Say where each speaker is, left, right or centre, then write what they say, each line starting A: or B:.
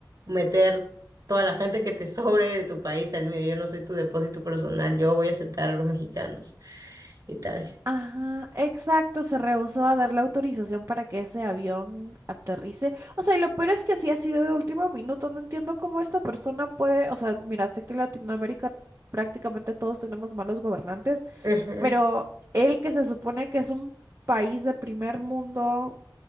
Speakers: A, on the right; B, on the right.
A: meter toda la gente que te sobre de tu país al mío. Yo no soy tu depósito personal, yo voy a aceptar a los mexicanos y tal.
B: Ajá, exacto, se rehusó a darle autorización para que ese avión aterrice. O sea, y lo peor es que sí ha sido de último minuto. No entiendo cómo esta persona puede, o sea, mira, sé que en Latinoamérica prácticamente todos tenemos malos gobernantes,
A: Ujú.
B: pero él que se supone que es un país de primer mundo,